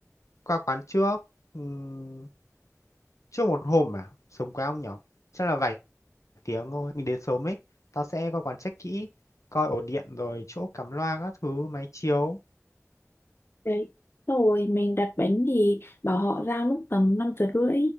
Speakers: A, on the left (about 80°); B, on the left (about 50°).
A: qua quán trước. Ừm, trước một hôm à, sớm quá ông nhỏ Chắc là vài tiếng thôi, mình đến sớm ấy. Tao sẽ qua quán check kỹ, coi ổ điện rồi chỗ cắm loa các thứ, máy chiếu.
B: Đấy. Xong Rồi mình đặt bánh thì bảo họ ra lúc tầm năm giờ rưỡi